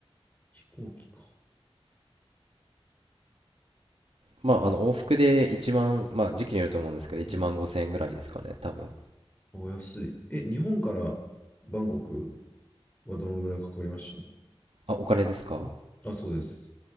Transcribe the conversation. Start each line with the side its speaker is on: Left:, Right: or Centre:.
Left: 飛行機か。
Right: まあ、
Left: うん、
Right: あの、往復で1万、まあ、時期によると思うんですけど、1万5千円ぐらいですかね、
Left: はい。
Right: 多分。
Left: お安い。え、日本からバンコクはどのぐらいかかりまし
Right: あ、お金ですか
Left: たあ、そうです。